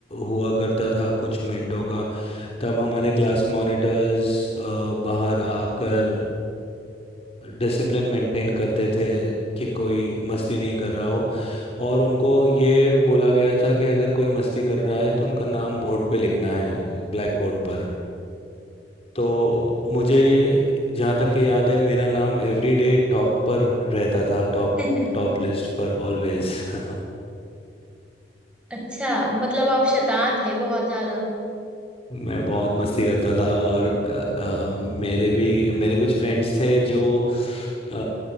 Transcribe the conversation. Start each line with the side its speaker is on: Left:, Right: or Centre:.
Left: हुआ करता था कुछ मिनटों का तब हमारे क्लास मॉनिटर्स बाहर आकर डिसिप्लिन मेंटेन करते थे कि कोई मस्ती नहीं कर रहा हो और उनको ये बोला गया था कि अगर कोई मस्ती कर रहा है तो उनका नाम बोर्ड पे लिखना है ब्लैक बोर्ड पर तो मुझे जहाँ तक कि याद है मेरा नाम एवरी डे टॉप पर रहता था टॉप
Centre: <laughs>
Left: टॉप लिस्ट पर ऑलवेज <laughs>
Centre: अच्छा मतलब आप शैतान थे बहुत ज्यादा
Left: मैं बहुत मस्ती करता था और अ, अ, मेरे भी मेरे कुछ फ्रेंड्स थे जो अ,